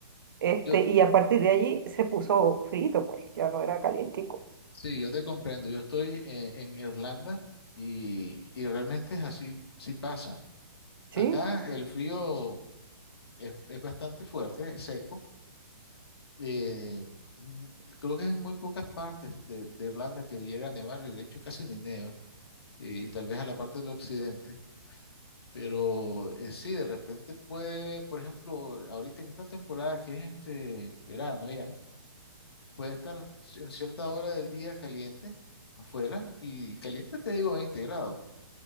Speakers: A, on the right (about 55°); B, on the left (about 70°).
A: Este,
B: yo,
A: y a partir de allí se puso frito, pues ya no era calientico.
B: sí, yo te comprendo. Yo estoy eh, en Irlanda y, y realmente es así, así pasa.
A: Sí,
B: Acá el frío es, es bastante fuerte, es seco. eh, mm, creo que en muy pocas partes de, de Irlanda que llega a nevar y de hecho casi ni neva, eh, y tal vez a la parte del occidente. Pero eh, sí, de repente puede, por ejemplo, ahorita en esta temporada que es este verano ya, puede estar en cierta hora del día caliente afuera y caliente te digo 20 grados,